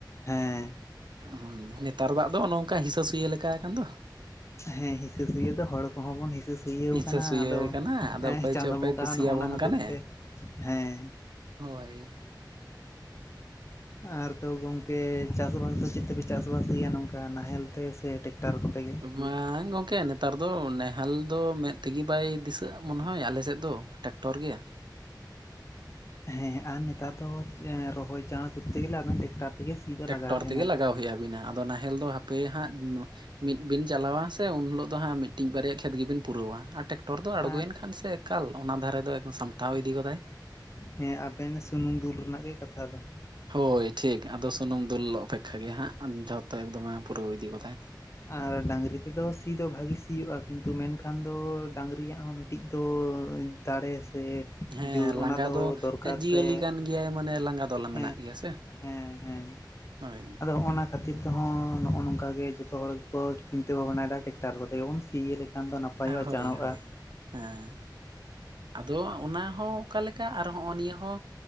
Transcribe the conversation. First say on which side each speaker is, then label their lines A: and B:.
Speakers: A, on the left (about 35°); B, on the right (about 70°).
A: ᱦᱮᱸ
B: ᱦᱩᱸ ᱱᱮᱛᱟᱨ ᱫᱟᱜ ᱫᱚ ᱚᱱᱚᱝᱠᱟ ᱦᱤᱥᱟᱹ ᱥᱩᱭᱟᱹ ᱞᱮᱠᱟ ᱟᱠᱟᱱ ᱫᱚ᱾
A: ᱦᱮᱸ ᱦᱤᱥᱟᱹ ᱥᱩᱭᱟᱹ ᱫᱚ ᱦᱚᱲ ᱠᱚᱦᱚ ᱵᱚᱱ ᱦᱤᱥᱟᱹ ᱥᱩᱭᱟᱹᱣ
B: ᱦᱤᱥᱟᱹ
A: ᱠᱟᱱᱟ
B: ᱥᱩᱭᱟᱹ
A: ᱟᱫᱚ
B: ᱠᱟᱱᱟ ᱟᱫᱚ ᱚᱠᱚᱭ
A: ᱪᱟᱸᱫᱚ
B: ᱪᱚ ᱚᱠᱚᱭ
A: ᱵᱚᱸᱜᱟ
B: ᱠᱩᱥᱤᱭᱟᱵᱚᱱ
A: ᱦᱚᱸ ᱱᱚᱜᱼᱚ ᱱᱟ ᱦᱚᱛᱮᱡ
B: ᱠᱟᱱᱮ
A: ᱛᱮ ᱦᱮᱸ᱾
B: ᱦᱳᱭ᱾
A: ᱟᱨ ᱛᱚ ᱜᱚᱝᱠᱮ ᱪᱟᱥ-ᱵᱟᱥ ᱫᱚ ᱪᱮᱫ ᱛᱮᱯᱮ ᱪᱟᱥ-ᱵᱟᱥ ᱜᱮᱭᱟ ᱱᱚᱝᱠᱟ ᱱᱟᱦᱮᱞ ᱛᱮ ᱥᱮ ᱴᱮᱠᱴᱟᱨ ᱠᱚᱛᱮ ᱜᱮ?
B: ᱵᱟᱝ ᱜᱚᱝᱠᱮ ᱱᱮᱛᱟᱨ ᱫᱚ ᱱᱮᱦᱟᱞ ᱫᱚ ᱢᱮᱫ ᱛᱮᱜᱮ ᱵᱟᱭ ᱫᱤᱥᱟᱹᱜᱼᱟ ᱢᱚᱱᱮᱦᱚᱭ ᱟᱞᱮ ᱥᱮᱫ ᱫᱚ ᱴᱟᱠᱴᱚᱨ ᱜᱮ᱾
A: ᱦᱮᱸ ᱟᱨ ᱱᱮᱛᱟᱨ ᱫᱚ ᱨᱚᱦᱚᱭ ᱪᱟᱬ ᱠᱚᱨᱛᱮ ᱜᱮᱞᱮ ᱟᱵᱮᱱ ᱴᱮᱠᱴᱟᱨ ᱛᱮᱜᱮ ᱥᱤ ᱫᱚ ᱞᱟᱜᱟᱣ
B: ᱴᱮᱠᱴᱚᱨ
A: ᱵᱮᱱᱟ᱾
B: ᱛᱮᱜᱮ ᱞᱟᱜᱟᱣ ᱦᱳᱭ ᱟᱵᱤᱱᱟ, ᱟᱫᱚ ᱱᱟᱦᱮᱞ ᱫᱚ ᱦᱟᱯᱮ ᱦᱟᱸᱜ ᱢᱤᱫ ᱵᱤᱱ ᱪᱟᱞᱟᱣᱟ ᱥᱮ ᱩᱱ ᱩᱱ ᱦᱤᱞᱳᱜ ᱫᱚ ᱦᱟᱸᱜ ᱢᱤᱫᱴᱤᱡ ᱵᱟᱨᱭᱟ ᱠᱷᱮᱛ ᱜᱮᱵᱤᱱ ᱯᱩᱨᱟᱹᱣᱟ ᱟᱨ ᱴᱮᱠᱴᱚᱨ ᱫᱚ
A: ᱟᱨ
B: ᱟᱬᱜᱚᱭᱮᱱ ᱠᱷᱟᱱ ᱥᱮ ᱮᱠᱟᱞ ᱚᱱᱟ ᱫᱷᱟᱨᱮ ᱫᱚ ᱮᱠᱫᱚᱢ ᱥᱟᱢ ᱛᱟᱣ ᱤᱫᱤ ᱜᱚᱫᱟᱭ᱾
A: ᱦᱮᱸ ᱟᱵᱮᱱ ᱥᱩᱱᱩᱢ ᱫᱩᱞ ᱨᱮᱱᱟᱜ ᱜᱮ ᱠᱟᱛᱷᱟ ᱫᱚ᱾
B: ᱦᱳᱭ ᱴᱷᱤᱠ ᱟᱫᱚ ᱥᱩᱱᱩᱢ ᱫᱩᱞ ᱚᱯᱮᱠᱷᱟ ᱜᱮ ᱦᱟᱸᱜ ᱡᱷᱚᱛᱚ ᱮᱠᱫᱚᱢᱮ ᱯᱩᱨᱟᱹᱣ ᱤᱫᱤ ᱜᱚᱫᱟᱭ᱾
A: ᱟᱨ ᱰᱟᱹᱝᱨᱤ ᱛᱮᱫᱚ ᱥᱤ ᱫᱚ ᱵᱷᱟᱹᱜᱤ ᱥᱤᱭᱳᱜᱼᱟ ᱠᱤᱱᱛᱩ ᱢᱮᱱᱠᱷᱟᱱ ᱫᱚ ᱰᱟᱹᱝᱨᱤᱭᱟᱜ ᱦᱚᱸ ᱢᱤᱫ <unintelligible> ᱫᱚ ᱫᱟᱲᱮ ᱥᱮ
B: ᱦᱮᱸ
A: ᱡᱳᱨ ᱚᱱᱟ
B: ᱞᱟᱸᱜᱟ ᱫᱚ
A: ᱫᱚᱨᱠᱟᱨ
B: ᱡᱤᱭᱟᱹᱞᱤ
A: ᱥᱮ
B: ᱠᱟᱱ ᱜᱮᱭᱟᱭ ᱢᱟᱱᱮ ᱞᱟᱸᱜᱟ ᱫᱚ ᱞᱟ
A: ᱦᱮᱸ
B: ᱢᱮᱱᱟᱜ ᱜᱮᱭᱟ ᱥᱮ᱾
A: ᱦᱮᱸ ᱦᱮᱸ
B: ᱦᱳᱭ᱾
A: ᱟᱫᱚ ᱦᱚᱸᱜᱼᱱᱟ ᱠᱷᱟᱹᱛᱤᱨ ᱛᱮᱦᱚᱸ ᱱᱚᱜᱼᱚ ᱱᱚᱝᱠᱟ ᱜᱮ ᱡᱚᱛᱚ ᱦᱚᱲ ᱜᱮᱠᱚ ᱪᱤᱱᱛᱟᱹ ᱵᱷᱟᱵᱽᱱᱟᱭ ᱫᱟ ᱴᱮᱠᱴᱟᱨ ᱠᱚᱛᱮ ᱜᱮᱵᱚᱱ ᱥᱤ ᱤᱭᱟᱹ ᱞᱮᱠᱷᱟᱱ ᱫᱚ ᱱᱟᱯᱟᱭᱚᱜᱼᱟ
B: ᱦᱳᱭ
A: ᱪᱟᱬᱚᱜᱼᱟ᱾
B: ᱦᱳᱭ ᱦᱮᱸ᱾ ᱟᱫᱚ ᱚᱱᱟ ᱦᱚᱸ ᱚᱠᱟ ᱞᱮᱠᱟ ᱟᱨ ᱦᱚᱸᱜᱼᱚ ᱱᱤᱭᱟᱹ ᱦᱚᱸ